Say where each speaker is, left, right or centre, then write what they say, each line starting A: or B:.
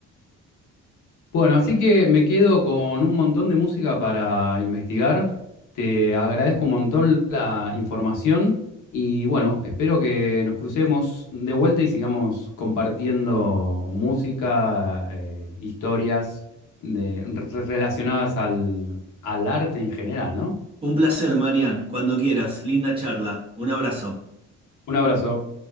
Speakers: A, on the left; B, on the right.
A: Bueno, así que me quedo con un montón de música para investigar. Te agradezco un montón la información y bueno, espero que nos crucemos de vuelta y sigamos compartiendo música, eh, historias de- re- relacionadas al, al arte en general, ¿no?
B: Un placer, Marian. Cuando quieras. Linda charla. Un abrazo.
A: Un abrazo.